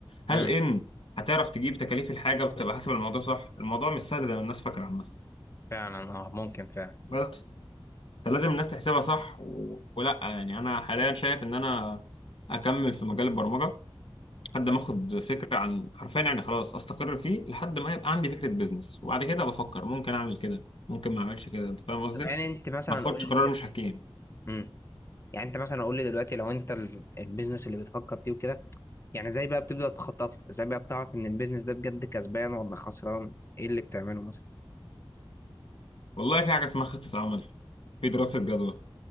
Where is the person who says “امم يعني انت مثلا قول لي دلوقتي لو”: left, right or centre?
Left